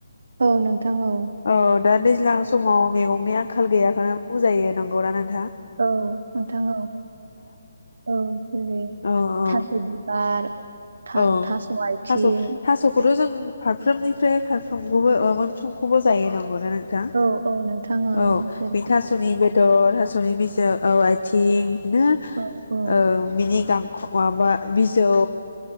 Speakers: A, on the right; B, on the left.
A: औ नोंथां ओं
B: औ दा दैज्लां समाव मैगंनि आंखाल गैयाखौनो बुंजायो नंगौनाा नों
A: औ नोंथां औ औ जेरै
B: औ औ
A: थास' बिबार था
B: औ
A: थास' आथिं
B: थास' थास'खौथ' जों फारफ्रोमनिफ्राय फारफ्रोमखौबो मोनफ्रोमखौबो जायो नांगौ थां
A: औ औ नोंथां
B: औ
A: जेरै
B: बे थास'नि बेदर थास स'नि बिजौ औ आथिं बिदिनो
A: औ औ
B: ओ बिनि गां माबा बिजौ